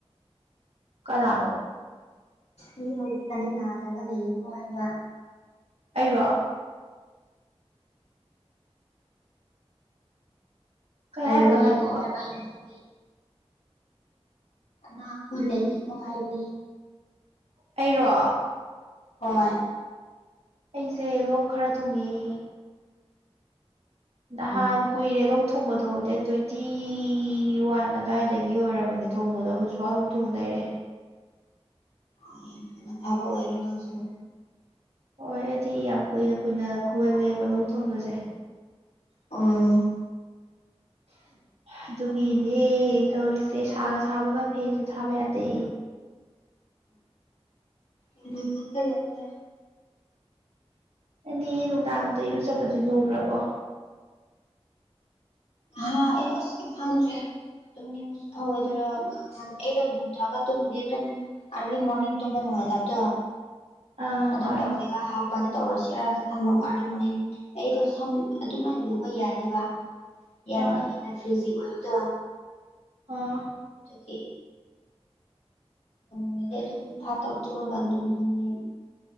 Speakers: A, on the right; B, on the left.
A: ꯀꯅꯥꯅꯣ
B: ꯪ ꯍꯧꯖꯤꯛ ꯐꯅ ꯅꯥꯗ꯭ꯔꯒ ꯂꯩꯀꯣ ꯍꯥꯏꯕ
A: ꯑꯩꯔꯣ ꯀꯩ
B: ꯑꯗꯨꯌꯦ
A: ꯍꯥꯏꯅꯣ ꯍꯥꯏꯗꯨꯕ
B: ꯀꯂ ꯄꯥꯏꯅ ꯂꯩꯦ ꯅꯥ ꯈꯣꯂꯦꯇ ꯀꯣ ꯍꯥꯏꯅꯤ
A: ꯑꯩꯔꯣ
B: ꯍꯣꯏ
A: ꯑꯩꯁꯦ ꯂꯣꯛ ꯈꯔ ꯊꯨꯡꯉꯏꯦ ꯅꯍꯥꯟ
B: ꯎꯝ
A: ꯀꯨꯏꯔꯦ ꯂꯧ ꯊꯣꯡꯕꯗꯣ ꯗꯦꯠ ꯇ꯭ꯋꯦꯟꯇꯤ ꯋꯥꯟ ꯑꯗꯨꯋꯥꯏꯗꯒꯤ ꯑꯣꯏꯔꯕꯅꯤ ꯊꯣꯡꯕꯗꯣ ꯍꯧꯖꯤꯛꯐꯥꯎ ꯑꯗꯨꯝ ꯊꯣꯡ ꯂꯩꯔꯦ
B: ꯑ ꯌꯥꯝ ꯊꯨꯅ ꯐꯥꯕ ꯑꯣꯏꯔꯣ ꯅꯪꯁꯨ
A: ꯍꯣꯏꯣꯏ ꯑꯩꯗꯤ ꯌꯥꯝ ꯀꯨꯏꯅ ꯀꯨꯏꯅ ꯈꯨꯍꯜꯂꯦꯕ ꯂꯧ ꯊꯣꯡꯕꯁꯦ
B: ꯑ
A: ꯑꯗꯨꯒꯤꯅꯦ ꯇꯧꯔꯤꯁꯦ ꯁꯥꯒ ꯁꯥꯕꯒ ꯐꯦꯟꯁꯨ ꯊꯥꯕ ꯌꯥꯗꯦ
B: ꯑꯣꯟꯅ ꯈꯪꯒꯂꯅꯔ
A: ꯑꯦꯅꯦ ꯅꯨꯡꯗꯥꯡꯗ ꯏꯔꯨꯖꯕꯗꯤ ꯂꯨꯈ꯭ꯔꯕꯣ
B: ꯍꯥꯥꯗ ꯈꯦ ꯇꯨꯝ ꯅꯤꯡꯕꯁꯨ ꯐꯋꯦꯗꯔ ꯑꯩꯗꯣ ꯂꯨꯗ꯭ꯔꯒ ꯇꯨꯝꯕꯗꯤ ꯑꯗꯨꯝ ꯑꯔꯂꯤ ꯃꯣꯔꯅꯤꯡ ꯇ ꯃ ꯅꯨꯡꯉꯥꯏ ꯇꯕꯗꯣ
A: ꯑꯥ
B: ꯑꯗꯨꯝ
A: ꯍꯣꯏ
B: ꯇꯣꯛꯂꯒ ꯍꯥ ꯏꯄꯥꯗꯤ ꯇꯧꯔꯁꯤꯔꯥ ꯈꯟꯕ ꯑꯔꯅꯤ ꯃꯣꯔꯅꯤ ꯑꯩꯗꯣ ꯁꯝ ꯑꯗꯨꯃꯥꯏꯅ ꯂꯨꯕ ꯌꯥꯗꯦꯕ ꯌꯥꯝꯅ
A: ꯍꯣꯏ
B: ꯍꯦꯟꯅ ꯐ꯭ꯔꯤꯖꯤ ꯑꯣꯏꯕꯗ
A: ꯑꯥ
B: ꯑꯗꯒꯤ ꯉꯗꯤ ꯑꯗꯨꯝ ꯐꯥꯠꯇ ꯊꯨꯔꯒꯥꯟ ꯂꯧꯗꯅꯦ